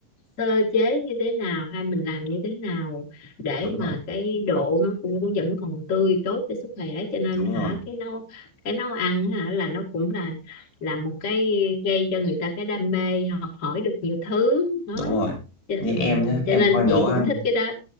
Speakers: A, on the left; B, on the left.
A: sơ chế như thế nào hay mình làm như thế nào để
B: đúng rồi
A: mà cái độ nó cũng vẫn còn tươi tốt cho sức khỏe cho nên
B: đúng
A: hả
B: rồi
A: cái nấu cái nấu ăn hả là nó cũng là là một cái gây cho người ta cái đam mê học hỏi được nhiều thứ đó
B: đúng rồi
A: cho,
B: như
A: ừ,
B: em nhá em
A: cho nên
B: coi
A: chị
B: nấu ăn
A: cũng thích cái đó